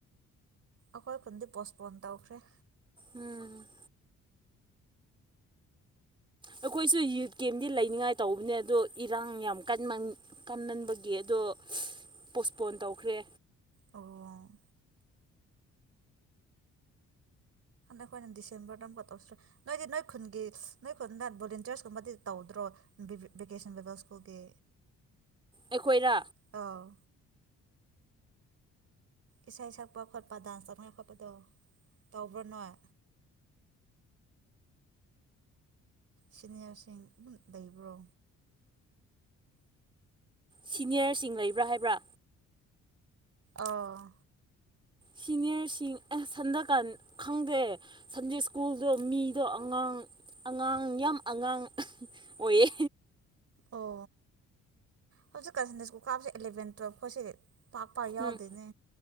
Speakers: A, on the right; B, on the right.
A: ꯑꯩꯈꯣꯏ ꯈꯨꯟꯗꯤ ꯄꯣꯁꯄꯣꯟ ꯇꯧꯈ꯭ꯔꯦ
B: ꯎꯝ ꯑꯩꯈꯣꯏꯁꯨ ꯌꯨꯠ ꯀꯦꯝꯗꯤ ꯂꯩꯅꯤꯡꯉꯥꯏ ꯇꯧꯕꯅꯦ ꯑꯗꯣ ꯏꯔꯥꯡ ꯌꯥꯝ ꯀꯟꯃꯥꯟ ꯀꯝꯅꯟꯕꯒꯤ ꯑꯗꯣ ꯄꯣꯁꯄꯣꯟ ꯇꯧꯈ꯭ꯔꯦ
A: ꯑꯣ ꯑꯈꯣꯏꯅ ꯗꯤꯁꯦꯝꯕꯔꯗ ꯑꯃꯨꯛ ꯇꯧꯁꯦ ꯅꯣꯏꯗꯤ ꯅꯣꯏ ꯈꯨꯟꯒꯤ ꯅꯣꯏ ꯈꯨꯟꯗ ꯕꯣꯂꯦꯟꯇꯔꯁꯀꯨꯝꯕꯗꯤ ꯇꯧꯗ꯭ꯔꯣ ꯚꯦꯀꯦꯁꯟꯗꯒ ꯁ꯭ꯀꯨꯜꯒꯤ
B: ꯑꯩꯈꯣꯏꯔ
A: ꯑꯥꯎ ꯏꯁꯩ ꯁꯛꯄ ꯈꯣꯠꯄ ꯗꯥꯟꯁ ꯇꯧꯅꯤꯡꯉꯥꯢ ꯈꯣꯠꯄꯗꯣ ꯇꯧꯕ꯭ꯔꯣ ꯅꯣꯢ ꯁꯤꯅꯤꯌꯥꯔꯁꯤꯡ ꯑꯗꯨꯝ ꯂꯩꯕ꯭ꯔꯣ
B: ꯁꯤꯅꯤꯌꯔꯁꯤꯡ ꯂꯩꯕ꯭ꯔꯥ ꯍꯥꯏꯕ꯭ꯔꯥ
A: ꯑꯥ
B: ꯁꯤꯅꯤꯌꯔꯁꯤꯡ ꯁꯟꯗꯀꯥꯟ ꯈꯪꯗꯦ ꯁꯟꯗꯦ ꯁ꯭ꯀꯨꯜꯗꯣ ꯃꯤꯗꯣ ꯑꯉꯥꯡ ꯑꯉꯥꯡ ꯌꯥꯝ ꯑꯉꯥꯡ ꯑꯣꯏꯌꯦ
A: ꯑꯣ ꯍꯧꯖꯤꯛꯀꯁꯤꯟꯗ ꯁ꯭ꯀꯨꯜ ꯀꯥꯞꯕꯁꯦ ꯑꯦꯂꯚꯦꯟ ꯇꯨꯌꯦꯜꯞ ꯈꯣꯢꯁꯤ ꯄꯥꯛ ꯄꯥꯛ ꯌꯥꯎꯗꯦꯅꯦ
B: ꯎꯝ